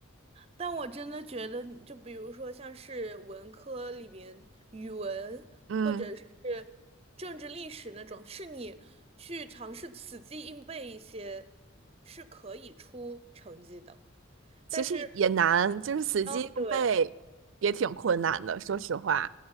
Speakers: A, on the right; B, on the right.
A: 但我真的觉得就比如说像是文科里边语文或者是
B: 嗯，
A: 政治历史那种，是你去尝试死记硬背一些，是可以出成绩的。
B: 其实也难，
A: 但是，
B: 就是死记硬背也挺困难的，
A: 哦，对。
B: 说实话。